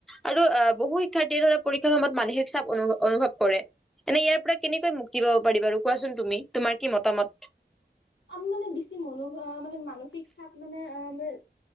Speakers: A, in the centre; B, on the left.
A: আৰু আহ বহু শিক্ষাৰ্থীয়ে ধৰা পৰীক্ষাৰ সময়ত মানসিক চাপ অনুভৱ কৰে। এনে ইয়াৰ পৰা কেনেকৈ মুক্তি পাব পাৰি বাৰু কোৱাচোন তুমি তোমাৰ কি মতামত?
B: আমি মানে বেছি মনো অ' মানে মানসিক চাপ মানে অ'-